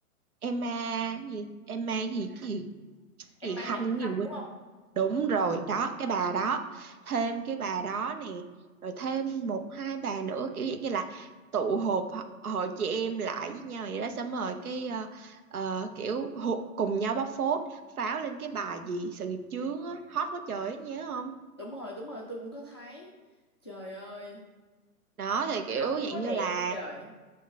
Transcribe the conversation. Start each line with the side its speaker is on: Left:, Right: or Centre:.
Right: Emma gì Emma gì cái gì cái
Left: em
Right: gì
Left: mang
Right: Khanh
Left: nhất
Right: nhiều
Left: khanh đúng không
Right: Đúng rồi, đó, cái bà đó, thêm cái bà đó nè, rồi thêm một hai bà nữa kiểu dạng như là tụ họp ho- hội chị em lại với nhau vậy đó, xong rồi cái ờ, ờ, kiểu hụ- cùng nhau bóc phốt, pháo lên cái bài gì sự nghiệp chướng á, hot quá trời ấy, nhớ không?
Left: đúng rồi đúng rồi tôi cũng có thấy trời ơi
Right: Đó thì kiểu
Left: ổng không
Right: dạng
Left: có
Right: như
Left: đẹp
Right: là
Left: đâu trời